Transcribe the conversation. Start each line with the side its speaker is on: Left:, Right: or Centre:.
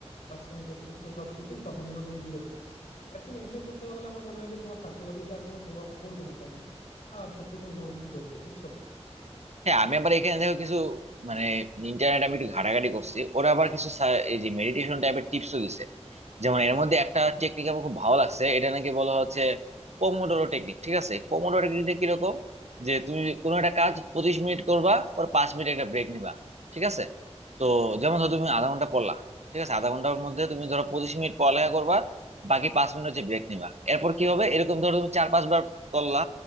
Left: কাজকাম করতেছো সবকিছু তখন যেন তুমি দূরে থাকো একটু এনশিওর করতে পারলে আমার মনে হয় যে তোমার সাইকোলজিতে আর কোনো প্রভাব পড়বে না তেমন আর সবকিছু মোটামুটি ঠিক হয়ে যাবে বুঝছো
Right: হ্যাঁ আমি আবার এখানে দেখো কিছু মানে ইন্টারনেট আমি একটু ঘাটাঘাটি করছি ওরা আবার কিছু সা- এই যে মেডিটেশন টাইপের টিপসও দিছে যেমন এর মধ্যে একটা টেকনিক আমার খুব ভালো লাগছে এটা নাকি বলা হচ্ছে পোমোডোরো টেকনিক ঠিক আছে পোমোডোরো টেকনিকটা কিরকম যে তুমি কোনো একটা কাজ পঁচিশ মিনিট করবা পর পাঁচ মিনিট একটা ব্রেক নিবা ঠিক আছে তো যেমন ধরো তুমি আধা ঘন্টা পড়লা ঠিক আছে আধা ঘন্টার মধ্যে তুমি ধরো পঁচিশ মিনিট পড়ালেখা করবা বাকি পাঁচ মিনিট হচ্ছে ব্রেক নিবা এরপর কি হবে এরকম ধরো তুমি চার পাঁচবার করলা